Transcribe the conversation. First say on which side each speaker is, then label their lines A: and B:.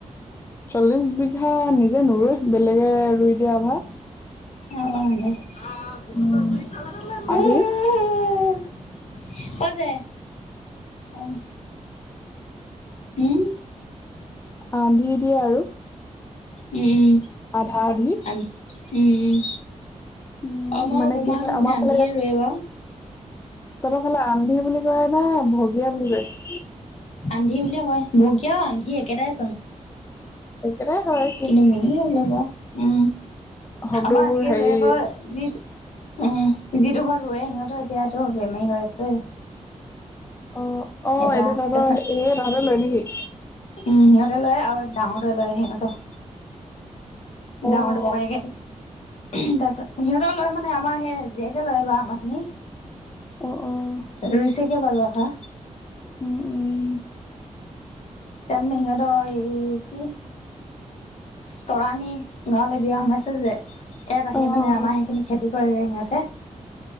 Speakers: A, on the left; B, on the left.
A: চল্লিশ বিঘা নিজে নুৰুৱে বেলেগে ৰুই দিয়ে ক।
B: <unintelligible>
A: উম। আধি
B: কত যায় অঁ। কি
A: আন্ধি দিয়ে আৰু।
B: উম উম
A: আধা আধি
B: উম উম
A: উম
B: আমাৰ
A: মানে
B: বমাহতৰ
A: কি হয়
B: খিনি
A: আমাৰ
B: আন্ধিয়ে
A: ফালে
B: ৰোৱে বাৰু।
A: তহঁতৰ ফালে আন্ধি বুলি কয় না ভগিয়া বুলি কয়।
B: আন্ধি বুলিয়ে কয় ভগিয়াও আন্ধি একেটাই চোন।
A: একেটাই হয়
B: কিন্তু মেলি হ লব উম
A: শব্দবোৰ
B: আমাৰ এনেকে
A: হেৰি
B: ৰুৱে ক যিটো উম যিডোখৰত ৰুৱৱে সিহঁতো এতিয়াতো বেমাৰী হৈ আছে।
A: অ অ
B: এটা
A: এতিয়া তাহতৰ
B: তাৰপিছত
A: এই তাহতেৰ লৈ নেকি?
B: উম সিহঁতে লয় আৰু ডাঙৰতে লয় সিহঁত।
A: অ'
B: ডাঙৰটোৰ ককাইকে। উম তাৰ পিছত সিহঁতৰ লয় মানে আমাৰ সেই জীয়েকে লয় বা আমা খিনি
A: অ' অ'
B: ৰুইছেগে বাও ৰোৱা খা
A: উম উম
B: তাৰ মানে সিহঁতৰ হেৰি কি? তৰাণী গাঁৱলৈ বিয়া সোমাইছে যে। ইয়াত আহি
A: অ'
B: মানে
A: অ'
B: আমাৰ সেইখিনি খেতি কৰেগে সিহঁতে।